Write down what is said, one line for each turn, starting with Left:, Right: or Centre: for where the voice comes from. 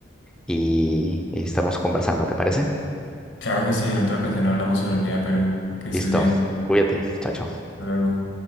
Centre: y, y estamos conversando, ¿te parece?
Left: Claro que sí, en otra ocasión hablamos sobre el viaje a Perú. Que estés
Centre: Listo,
Left: bien.
Centre: cuídate, chao, chao.
Left: Hasta luego.